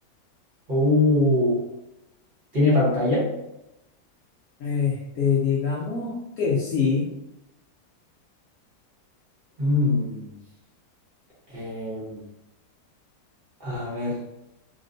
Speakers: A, on the right; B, on the left.
A: Uh, tiene pantalla.
B: Este, digamos que sí.
A: Mm, em, a ver.